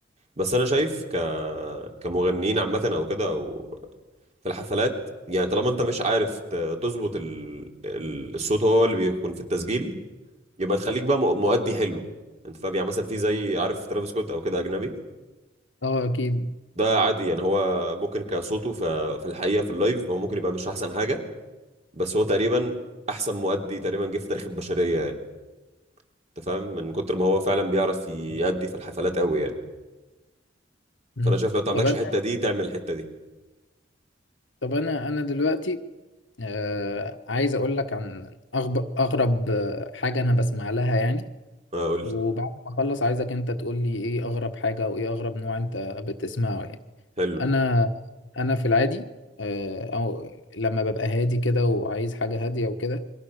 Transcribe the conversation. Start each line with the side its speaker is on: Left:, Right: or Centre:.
Right: بس انا شايف ك... كمغنيين عامة او كده او في الحفلات يعني طالما انت مش عارف ت- تظبط ال... ال... الصوت هو اللي بيكون في التسجيل يبقى تخليك بقى م- مؤدي حلو انت فاهم يعني مثلا في زي عارف ترافيس سكوت او كده اجنبي
Left: اه اكيد
Right: ده عادي يعني هو ممكن كصوته في في الحقيقة في اللايف هو ممكن يبقى مش احسن حاجة بس هو تقريبا احسن مؤدي تقريبا جه في تاريخ البشريه يعني انت فاهم من كتر ما هو فعلا بيعرف يأدي في الحفلات قوي يعني
Left: مم.
Right: فانا شايف لو انت ما عندكش
Left: طب انا
Right: الحته دي تعمل الحته دي
Left: طب انا انا دلوقتي آه، عايز اقول لك عن أغب- اغرب آه، حاجة انا بسمع لها يعني
Right: آه، قول لي
Left: وبعد ما اخلص عايزك انت تقول لي ايه اغرب حاجة او ايه اغرب نوع انت بتسمعه يعني
Right: حلو
Left: انا انا في العادي آه، او لما ببقى هادي كده وعايز حاجة هادية وكده